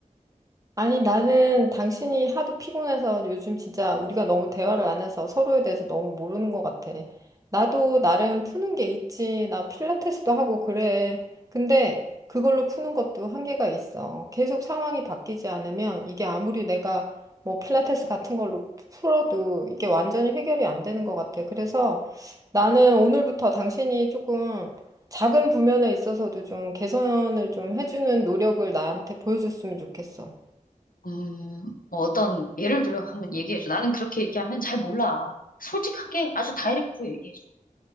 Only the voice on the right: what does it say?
아니, 나는 당신이 하도 피곤해서 요즘 진짜 우리가 너무 대화를 안 해서 서로에 대해서 너무 모르는 것 같아. 나도 나름 푸는 게 있지. 나 필라테스도 하고 그래. 근데 그걸로 푸는 것도 한계가 있어. 계속 상황이 바뀌지 않으면 이게 아무리 내가 뭐 필라테스 같은 걸로 풀어도 이게 완전히 해결이 안 되는 것 같아. 그래서 나는 오늘부터 당신이 조금 작은 부면에 있어서도 좀 개선을 좀 해주는 노력을 나한테 보여줬으면 좋겠어.